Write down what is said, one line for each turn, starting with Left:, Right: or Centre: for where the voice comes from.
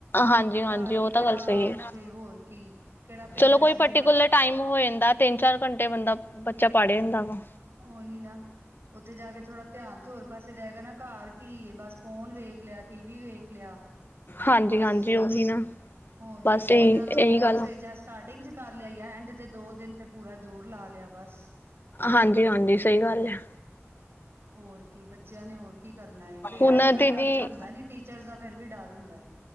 Left: ਹਾਂਜੀ ਹਾਂਜੀ
Right: ਘਰ ਵੀ
Left: ਉਹ
Right: ਕਿਹੜਾ
Left: ਤਾਂ ਗੱਲ ਸਹੀ
Right: ਉੱਥੇ
Left: ਹੈ
Right: ਹੋਰ ਕੀ, ਕਿਹੜਾ ਪੇਰੈਂਟਸ
Left: ਚਲੋ ਕੋਈ
Right: ਦੇ
Left: ਪਰਟੀਕੂਲਰ
Right: ਮ
Left: ਟਾਈਮ ਹੋ ਜਾਂਦਾ ਤਿੰਨ ਚਾਰ ਘੰਟੇ ਬੰਦਾ, ਬੱਚਾ ਪੜ੍ਹੇ ਹੁੰਦਾ ਵਾ।
Right: ਉਓਹੀ ਨਾ, ਉੱਥੇ ਜਾ ਕੇ ਥੋੜਾ ਧਿਆਨ ਤੇ ਹੋਰ ਪਾਸੇ ਜਾਏਗਾ ਨਾ, ਘਰ ਕੀ ਬਸ ਫੋਨ ਵੇਖ ਲਿਆ, ਟੀਵ ਵੇਖ ਲਿਆ,
Left: ਹਾਂਜੀ
Right: ਬਸ
Left: ਹਾਂਜੀ ਉਹੀ ਨਾ
Right: ਹੋਰ
Left: ਬਸ
Right: ਕੀ, ਛੁੱਟੀਆਂ
Left: ਇਹੀ
Right: ਦਾ ਹੋਮਵਰਕ
Left: ਇਹੀ ਗੱਲ
Right: ਸ ਜਾ ਸਟਾਰਟਿੰਗ 'ਚ ਕਰ ਲਿਆ, ਐਂਡ ਦੇ ਦੋ ਦਿਨ ਤੇ ਪੂਰਾ ਜ਼ੋਰ ਲਾ ਲਿਆ, ਬਸ
Left: ਹਾਂਜੀ ਹਾਂਜੀ, ਸਹੀ ਗੱਲ ਹੈ।
Right: ਹੋਰ ਕੀ, ਬੱਚਿਆਂ ਨੇ ਹੋਰ ਕੀ ਕਰਨਾ ਹੈ। ਪੇਰੈਂਟਸ
Left: ਹੁਣ
Right: ਦਾ
Left: ਦੀਦੀ
Right: ਡਰ ਤੇ ਹੁੰਦਾ ਨੀ, ਟੀਚਰਸ ਦਾ ਫੇਿਰ ਵੀ ਡਰ ਹੁੰਦਾ ਹੈ।